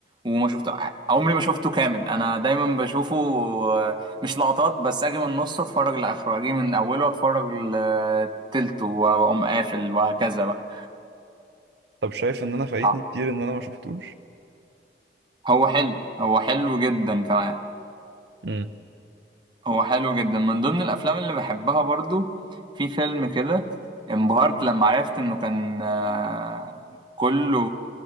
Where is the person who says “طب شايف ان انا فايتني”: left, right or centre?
Right